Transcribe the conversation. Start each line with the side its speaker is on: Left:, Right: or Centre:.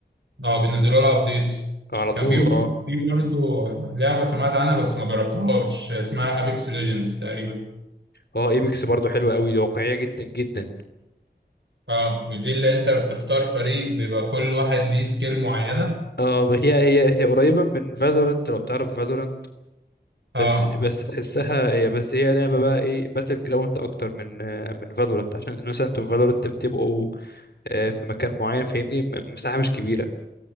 Right: اه بينزلوا لها ابديتس
Left: على
Right: كان
Left: طول
Right: في برضه
Left: اه
Right: في برضه لعبة سمعت عنها بس ما جربتهاش اسمها ابيكس ليجندز تقريبا
Left: اه ايبكس برضو حلوه قوي واقعيه جدا جدا
Right: اه ودي اللي انت بتختار فريق بيبقى كل واحد ليه سكيل معينة
Left: اه هي هي هي قريبه من فالورانت لو تعرف فالورانت
Right: اه
Left: بس بس تحسها هي بس هي لعبه بقى ايه باتل جراوند اكتر من آه، من فالورانت عشان مثلا انتوا في فالورانت بتبقوا آه، في مكان معين فاهمني م- مساحه مش كبيره